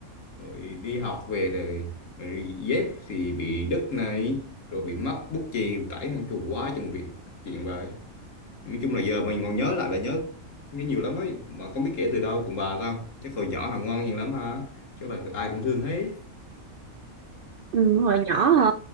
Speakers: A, on the left; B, on the right.
A: rồi đi học về rồi, rồi dép thì bị đứt này rồi bị mất bút chì tẩy hàng chù quá chừng việc chuyện vậy nói chung là giờ mình còn nhớ lại là nhớ nhớ nhiều lắm ấy mà không biết kể từ đâu còn bà sao chắc hồi nhỏ là ngoan hiền lắm ha chứ bà ai cũng thương hết
B: Ừ, hồi nhỏ hả?